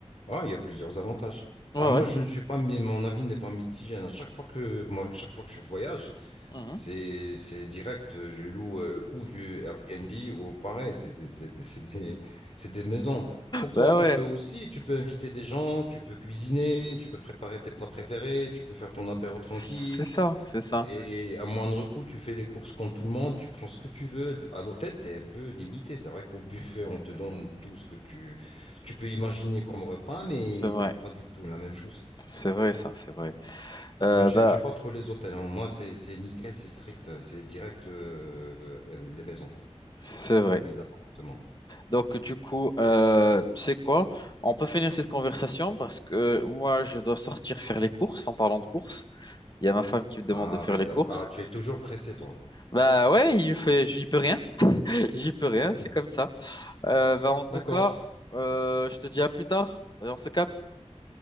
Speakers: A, on the left; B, on the left.
A: Ah, il y a plusieurs avantages.
B: Ouais,
A: Ah, moi,
B: ouais.
A: je ne suis pas, mi- mon avis n'est pas mitigé. hein. À chaque fois que, moi, chaque fois que je voyage,
B: Mhm.
A: c'est, c'est direct. euh, Je loue euh, ou du Airbnb ou pareil. C'est des, c'est- c'est des- c'est des maisons. Pourquoi?
B: Bah
A: Parce
B: ouais.
A: que aussi, tu peux inviter des gens, tu peux cuisiner, tu peux préparer tes plats préférés, tu peux faire ton apéro tranquille,
B: C'est ça, c'est ça.
A: et à moindre coût, tu fais des courses comme tout le monde, tu prends ce que tu veux. À l'hôtel, tu es un peu limité. C'est vrai qu'au buffet, on te donne tout ce que tu, tu peux imaginer comme repas, mais
B: C'est vrai.
A: c'est pas du tout la même chose.
B: C'est vrai, ça, c'est vrai. Euh,
A: Moi, j'aime,
B: bah,
A: j'aime pas trop les hôtels. hein. Moi, c'est c'est nickel, c'est strict, c'est direct euh, euh, les maisons, quoi,
B: c'est vrai.
A: les appartements.
B: Donc, du coup, euh, tu sais quoi? On peut finir cette conversation parce que moi, je dois sortir faire les courses. En parlant de courses, il y a ma femme qui me demande
A: Arrête.
B: de faire les
A: d'a-
B: courses.
A: Ah, tu es toujours pressé, toi.
B: Bah ouais, il fait, j'y peux rien. <laughs> J'y peux rien, c'est
A: <laughs>
B: comme ça. Euh, bah, en tout
A: D'accord.
B: cas, euh, je te dis à plus tard. Et on se capte.